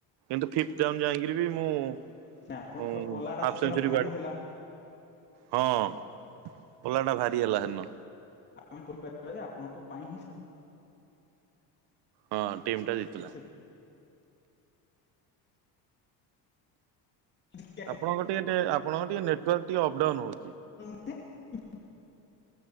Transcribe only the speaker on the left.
ନାଇଁ ଆପଣଙ୍କର ପଲା ଟା
ସେଦିନ
ଭାରି
ହେଲା
ଆମେ କହିପାରିବା ଯେ ଆପଣଙ୍କ ପାଇଁ ହିଁ
ସେ- ହ୍ୟାଲୋ
<unintelligible> ହୁଁ।